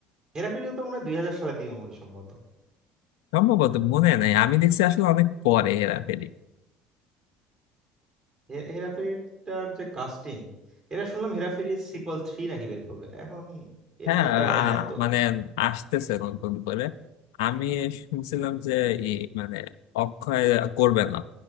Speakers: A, on the right (about 40°); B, on the left (about 80°).
A: হেরাফেরি তো মনে হয় দুই হাজার সালের দিকে মুভি সম্ভবত
B: সম্ভবত মনে নাই আমি দেখছি আসলে অনেক পরে হেরাফেরি
A: হে- হেরাফেরিটার যে কাস্টিং এরা শুনলাম হেরাফেরি সিকুয়াল থ্রি নাকি বের করবে এখন এরকম
B: হ্যাঁ
A: একটা মানে
B: আ-
A: এত
B: মানে আসতেছে নতুন করে আমি শুনছিলাম যে ই মানে অক্ষয় করবে না